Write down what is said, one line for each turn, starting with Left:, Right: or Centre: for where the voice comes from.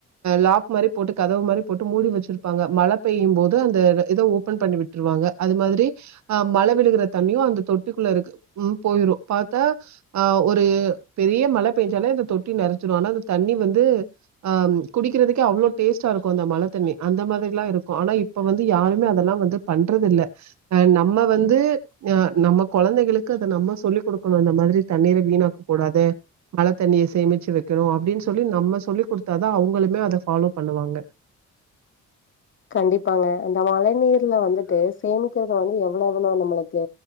Right: லாக் மாரி போட்டு கதவு மாரி போட்டு மூடி வச்சு பிர்ப்பாங்க மழ பெய்யும் போது அந்த இத ஓபன் பண்ணி விட்ருவாங்க அது மாதிரி ஆ மழ விழுகுற தண் இயு அந்த தொட்டிக்குள்ளருக்கு ம் போயிரூ பாத்தா ஒரு பெரிய மழ பேஞ்சாலே அந்த தொட்டி நெறச்சிடு ஆனா அந்த தண்ணி வந்து ஆ குடிக்கிறதுக்கே அவ்ளோ டேஸ்ட்டாருக்கூ அந்த மழ தண்ணி அந்த மாத்ரிலா இருக்கூ ஆனா இப்ப வந்து யாருமே அதெல்லா வந்து பண்றதில்ல அ நம்ம வந்து ஞா நம்ம கொழந்தைகளுக்கு அது நம்ம சொல்லிக் குடுக்கணூ இந்த மாத்ரி தண்ணீர வீணாக்க கூடாது மழ தண்ணிய சேமிச்சு வெக்கணூ அபடின் சொல்லி நம்ம சொல்லி குடுத்தாதான் அவங்களுமே அத ஃபாலோ பண்ணுவாங்க
Left: கண்டிப்பாங்க இந்த மழ நீர்ல வந்துட்டு சேமிக்கிறது வந்து எவ்ளெவ்வளோ நமளுக்கு